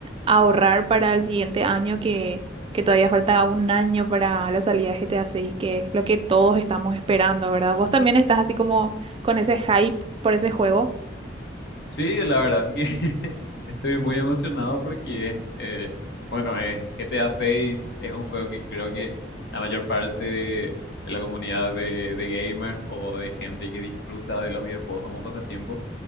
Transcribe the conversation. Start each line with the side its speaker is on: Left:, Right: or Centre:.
Right: ahorrar para el siguiente año que, que todavía falta un año para la salida de GTA 6, que es lo que todos estamos esperando, ¿verdad? Vos también estás así como con ese hype por ese juego.
Left: Sí, la verdad que <laughs> Estoy muy emocionado porque, es, eh, bueno, es GTA 6 es un juego que creo que la mayor parte de, de la comunidad de, de gamers o de gente que disfruta de los videojuegos como pasatiempo